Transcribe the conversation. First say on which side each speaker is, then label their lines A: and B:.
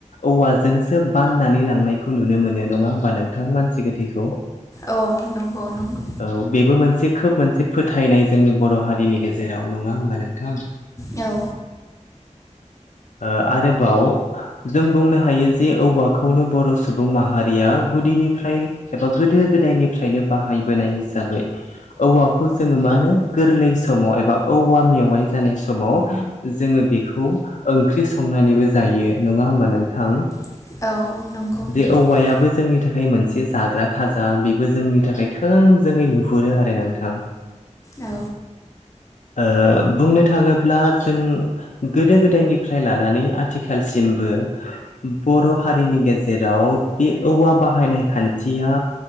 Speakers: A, on the left; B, on the left.
A: औवाजोंसो बाननानै लांनायखौ नुनो मोनो नङा होमबा नों नोंथां मानसि गोथैखौ
B: अ नंगौ नंगौ
A: औ बेबो मोनसे खोब मोनसे फोथायनाय जोंनि बर' हारिनि गेजेराव नङा होमबा नोंथां।
B: औ
A: ओ आरोबाव जों बुंनो हायो जे औवाखौनो बर' सुबुं माहारिया गुदिनिफ्राय एबा गोदो गोदायनिफ्रायनो बाहायबोनाय हिसाबै औवाखौ जोंङो मानो गोरलै समाव ए बा औवा मेवाइ जानाय समाव जोंङो बेखौ ओंख्रि संनानैबो जायो। नङा होमबा नोंथां?
B: औ
A: जे औवायाबो जोंनि थाखाय मोनसे जाग्रा खाजा बेबो जोंनि थाखाय थोंजोङै नुहुरो आरो नोंथां।
B: औ
A: ओ बुंनो थाङोब्ला जों गोदो गोदायनिफ्राय लानानै आथिखालसिमबो बो बर' हारिनि गेजेराव बे औवा बाहायनाय खान्थिया